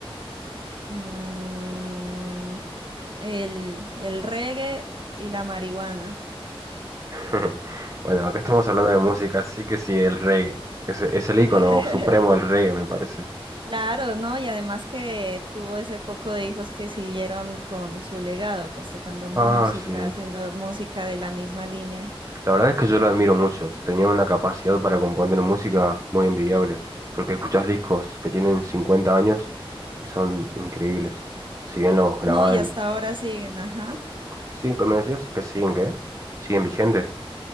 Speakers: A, on the right; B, on the right.
A: Mm, el, el reggae y la marihuana.
B: <laughs> Bueno, acá estamos hablando de música, así que sí, el reggae. Es, es el ícono
A: <laughs>
B: supremo del reggae, me parece.
A: Claro, ¿no? Y además que tuvo ese poco de hijos que siguieron con su legado, pues tocando música,
B: Ah, sí.
A: haciendo música de la misma línea.
B: La verdad es que yo lo admiro mucho. Tenía una capacidad para componer música muy envidiable, porque escuchas discos que tienen 50 años y son increíbles. Si bien los graban,
A: No, y hasta ahora siguen, ajá.
B: sí, ¿cómo decías? Que siguen, ¿qué? Siguen vigentes.